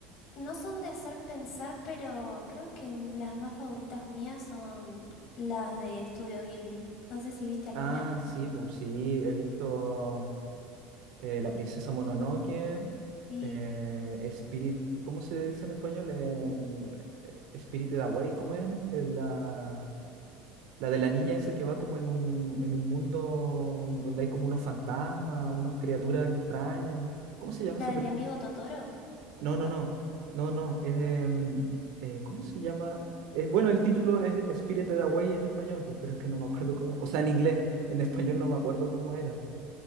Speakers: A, on the left (about 55°); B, on the right (about 70°).
A: No son de hacer pensar, pero creo que m- las más favoritas mías son las de Estudio Ghibli. No sé si viste alguna.
B: Ah, sí, pues sí, he visto eh, La princesa Mononoke,
A: Sí.
B: eh, Spirit, ¿cómo se dice en español? Em, Eh, Spirited Away, ¿cómo es? Eh, la, la de la niña esa que va como en un, en un mundo donde hay como unos fantasmas, unas criaturas extrañas. ¿Cómo se llama
A: ¿La
B: esa
A: de
B: película?
A: mi amigo Totoro?
B: No,
A: ¿O
B: no,
A: cuál?
B: no, no, no, es, em, eh, ¿cómo se llama? Eh, bueno, el título es Spirited Away en español, pues, pero es que no me acuerdo cómo, o sea, en inglés, en español no me acuerdo cómo era.